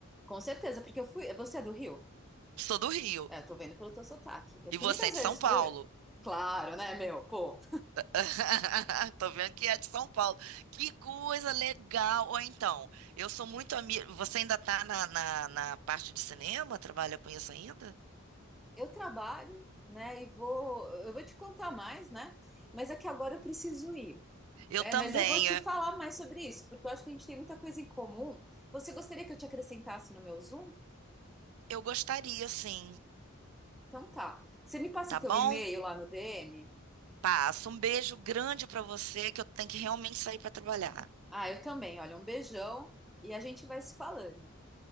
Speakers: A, in the centre; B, on the right.
A: Com certeza, porque eu fui. Você é do Rio?
B: Sou do Rio.
A: É, eu tô vendo pelo teu sotaque. Eu
B: E
A: fui
B: você
A: muitas
B: é de
A: vezes
B: São Paulo.
A: pro Rio. Claro, né, meu? Pô,
B: <laughs> Tô vendo que é de São Paulo. Que coisa legal. Ou então, eu sou muito amiga. Você ainda tá na, na, na parte de cinema? Trabalha com isso ainda?
A: eu trabalho, né? E vou. Eu vou te contar mais, né? Mas é que agora eu preciso ir.
B: Eu
A: né?
B: também.
A: mas eu vou te
B: é.
A: falar mais sobre isso, porque eu acho que a gente tem muita coisa em comum. Você gostaria que eu te acrescentasse no meu Zoom?
B: Eu gostaria, sim.
A: Então tá. Você me passa
B: Tá
A: o teu
B: bom?
A: e-mail lá no DM?
B: Passa. Um beijo grande pra você, que eu tenho que realmente sair pra trabalhar.
A: Ah, eu também. Olha, um beijão e a gente vai se falando.